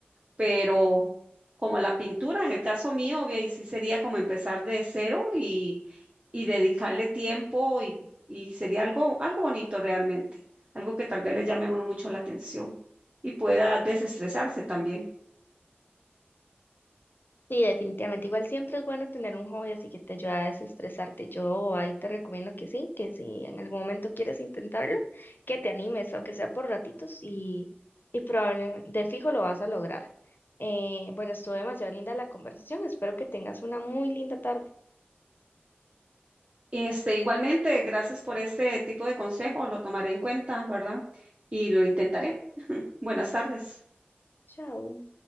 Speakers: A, on the right; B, on the left.
A: pero como la pintura, en el caso mío, ve ahí sí sería como empezar de cero y, y dedicarle tiempo y, y sería algo, algo bonito realmente, algo que tal vez le llame a uno mucho la atención y pueda desestresarse también.
B: Sí, definitivamente. Igual siempre es bueno tener un hobby así que te ayuda a desestresarte. Yo ahí te recomiendo que sí, que si en algún momento quieres intentarlo, que te animes, aunque sea por ratitos y, y probablemente de fijo lo vas a lograr. Eh, bueno, estuvo demasiado linda la conversación. Espero que tengas una muy linda tarde.
A: Este, igualmente, gracias por este tipo de consejo, lo tomaré en cuenta, ¿verdad? Y lo intentaré. Buenas tardes.
B: Chao.